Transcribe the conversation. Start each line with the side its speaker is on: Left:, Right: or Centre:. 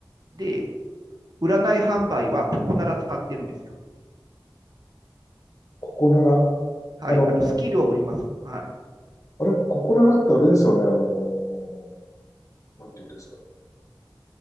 Right: で、占い販売はここなら使ってるんですよ。
Left: ここなら、
Right: はい。
Left: あの、
Right: あの、スキルを売ります。は
Left: あれ、ここならってあれですよね、あの、なんていうんですか。